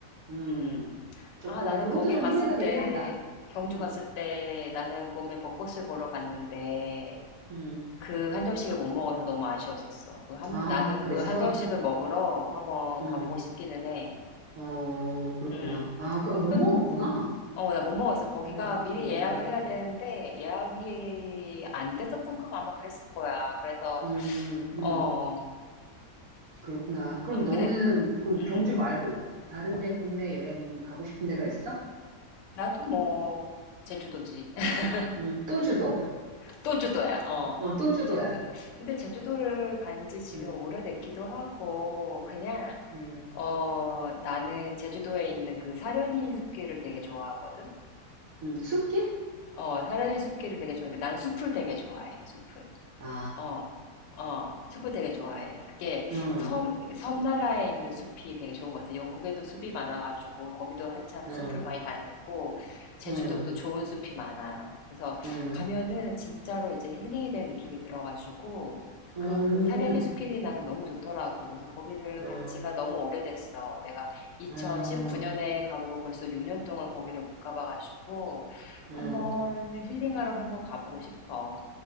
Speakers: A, on the right; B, on the left.
A: 음,
B: 응.
A: 조금,
B: 아, 나는
A: 그것도
B: 거기
A: 좀
B: 갔을
A: 후회가 되긴
B: 때,
A: 한다.
B: 경주
A: 음,
B: 갔을 때 나는 봄에 벚꽃을 보러 갔는데,
A: 음.
B: 그 한정식을 못 먹어서 너무 아쉬웠었어. 그 한-
A: 아,
B: 나는
A: 그랬어?
B: 그 한정식을 먹으러 한번
A: 음,
B: 가보고 싶기는 해.
A: 어, 그렇구나.
B: 음.
A: 아, 그, 아, 못
B: 그,
A: 먹었구나.
B: 어, 나 못 먹었어. 거기가
A: 어,
B: 미리
A: 어.
B: 예약을 해야 되는데 예약이 안 됐었던 거 아마 그랬을 거야. 그래서
A: 음, 음,
B: 어,
A: 그렇구나.
B: 거-
A: 그럼
B: 어
A: 너는,
B: 근데
A: 그럼
B: 음,
A: 경주 말고, 다른데 국내 여행 가고 싶은 데가 있어?
B: 나도 뭐 제주도지. <laughs>
A: 음, 또주도.
B: 또 주도야. 어.
A: 어, 또주도야.
B: 제주도. 근데 제주도를 간지 지금
A: 음,
B: 오래됐기도 하고 그냥
A: 음,
B: 어, 나는 제주도에 있는 그 사려니 숲길을 되게 좋아하거든.
A: 음, 숲길?
B: 어, 사려니 숲길을 되게 좋아해. 난 숲을 되게 좋아해. 숲을.
A: 아,
B: 어, 어, 숲을 되게 좋아해. 그게
A: 음,
B: 섬, 섬나라에 있는 숲이 되게 좋은 것 같아. 영국에도 숲이 많아가지고, 거기도 한참
A: 음,
B: 숲을 많이 다녔었고, 제주도도
A: 음,
B: 좋은 숲이 많아. 그래서
A: 음,
B: 가면은 진짜로 이제 힐링이 된 느낌이 들어가지고,
A: 음,
B: 그, 그 사려니 숲길이 나는 너무 좋더라고. 그래서 거기를
A: 음,
B: 간 지가 너무 오래됐어. 내가 2019년에
A: 음,
B: 가보고 벌써 6년 동안 거기를 못 가봐가지고,
A: 음,
B: 한번 힐링하러 한번 가보고 싶어.